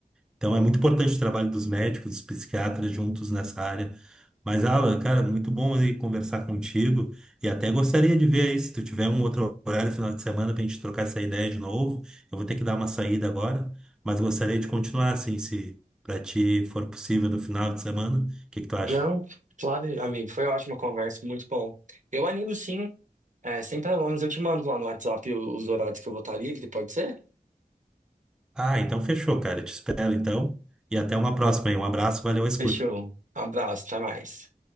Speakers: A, in the centre; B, on the right.
A: Então é muito importante o trabalho dos médicos, dos psiquiatras juntos nessa área. Mas, Alan, cara, muito bom aí conversar contigo e até gostaria de ver aí se tu tiver um outro horário final de semana pra gente trocar essa ideia de novo. Eu vou ter que dar uma saída agora, mas gostaria de continuar assim, se pra ti for possível no final de semana. O que que tu acha?
B: Não, claro, amigo, foi ótima conversa, muito bom. Eu animo sim, é, sem problemas, eu te mando lá no WhatsApp o- os horários que eu vou estar livre, pode ser?
A: Ah, então fechou, cara. Eu Te espero então e até uma próxima aí. Um abraço, valeu a escuta.
B: Fechou. Abraço, até mais.